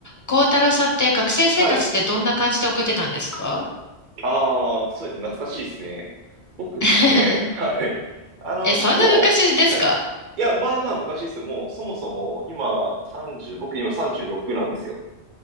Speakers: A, on the left; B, on the right.
A: 孝太郎さんって学生生活ってどんな感じで送ってたんですか
B: はい。ああ、そうですね。懐かしいですね。僕ですね。
A: <laughs>
B: はい。あの、
A: え、
B: 結構、
A: そんな昔ですか
B: はい。いや、まあまあ昔ですよ。もう、そもそも、今、30、僕今36なんですよ。